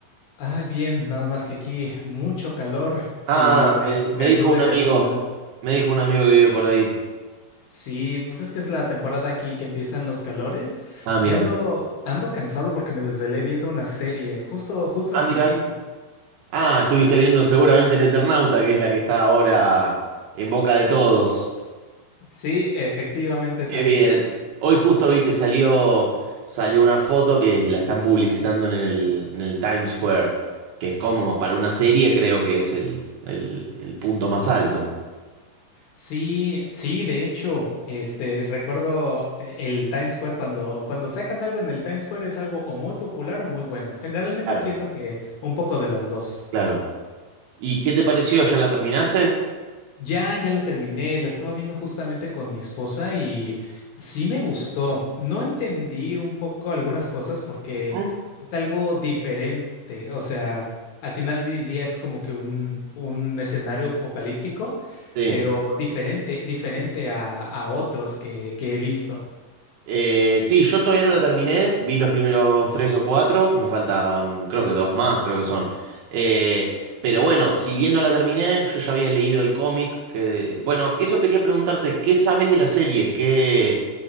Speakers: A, on the left; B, on the right.
A: Ah, bien, nada más que aquí mucho calor
B: Ah,
A: y me,
B: me, di-
A: me
B: me dijo
A: anduve
B: un amigo,
A: desvelando.
B: me dijo un amigo que vive por ahí.
A: Sí, pues es que es la temporada aquí que empiezan los calores
B: Ah, mira.
A: y ando, ando cansado porque me desvelé viendo una serie, justo, justo
B: Ah,
A: Argentina.
B: mira. Ah, estuviste viendo seguramente El Eternauta, que es la que está ahora en boca de todos.
A: Sí, efectivamente esa
B: Qué bien.
A: misma.
B: Hoy justo vi que salió, salió una foto que la están publicitando en el, en el Times Square, que es como para una serie creo que es el, el el punto más alto.
A: Sí, sí, de hecho, este, recuerdo eh, el Times Square cuando, cuando sacan algo en el Times Square es algo o muy popular o muy bueno. Generalmente
B: Claro,
A: siento que un poco de las dos.
B: claro. ¿Y qué te pareció? ¿Ya la terminaste?
A: Ya, ya la terminé, la estaba viendo justamente con mi esposa y sí me gustó. No entendí un poco algunas cosas porque
B: Ujú.
A: es algo diferente, o sea, al final del día es como que un, un escenario apocalíptico,
B: Sí.
A: pero diferente, diferente a, a otros que, que he visto.
B: Eh, sí, yo todavía no la terminé. Vi los primeros tres o cuatro. Me faltaban, creo que dos más, creo que son. Eh, pero bueno, si bien no la terminé, yo ya había leído el cómic. Que, bueno, eso quería preguntarte, ¿qué sabes de la serie? ¿Qué,